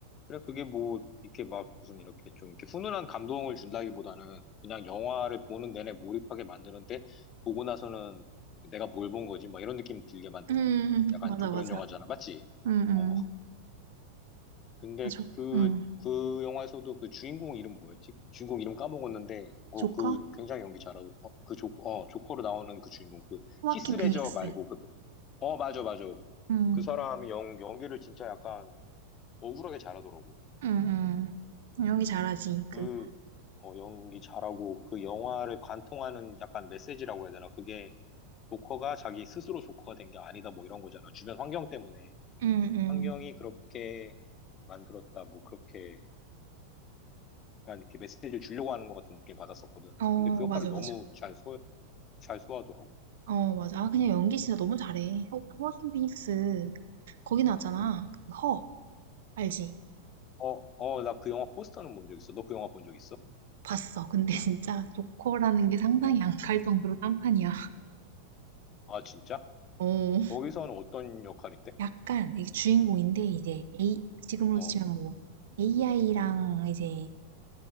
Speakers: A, on the left; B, on the right.
A: 그래, 그게 뭐, 이렇게 막 무슨 이렇게 좀 이렇게 훈훈한 감동을 준다기보다는 그냥 영화를 보는 내내 몰입하게 만드는데, 보고 나서는 내가 뭘 본 거지? 막 이런 느낌 들게 만드는
B: 음,
A: 약간
B: 맞아,
A: 좀
B: 맞아.
A: 그런 영화잖아. 맞지?
B: 응,
A: 어,
B: 응.
A: 근데
B: 아, 조,
A: 그,
B: 응.
A: 그 영화에서도 그 주인공 이름 뭐였지? 주인공 이름 까먹었는데, 어,
B: 조커?
A: 그 굉장히 연기 잘하고, 어, 그 조, 어, 조커로 나오는 그 주인공, 그,
B: 호아킨
A: 히스레저
B: 피닉스.
A: 어, 말고, 그, 어, 맞아, 맞아.
B: 응,
A: 그 사람이 연, 연기를 진짜 약간 억울하게 잘하더라고.
B: 응, 응. 연기 잘하지, 그.
A: 그 어, 연기 잘하고 그 영화를 관통하는 약간 메시지라고 해야 되나? 그게 조커가 자기 스스로 조커가 된 게 아니다 뭐 이런 거잖아. 주변 환경 때문에.
B: 응응
A: 환경이 그렇게 만들었다 뭐 그렇게 약간 이렇게 메시지를 주려고 하는 것 같은 느낌 받았었거든.
B: 어,
A: 근데 그 역할을
B: 맞아,
A: 너무
B: 맞아.
A: 잘 소, 잘 소화하더라고.
B: 어, 맞아. 아, 그냥 연기 진짜 너무 잘해. 호, 호아킨 피닉스,
A: 음,
B: 거기 나왔잖아.
A: 음.
B: 그 허, 알지?
A: 어, 어, 나 그 영화 포스터는 본 적 있어. 너 그 영화 본 적 있어?
B: 봤어. 근데 진짜 조커라는 게 상상이
A: 어,
B: 안 갈 정도로 딴판이야.
A: 아, 진짜?
B: 어,
A: 거기서는 어떤 역할인데?
B: 약간 이게 주인공인데 이제 A 지금으로
A: 어,
B: 치면 뭐 AI랑 이제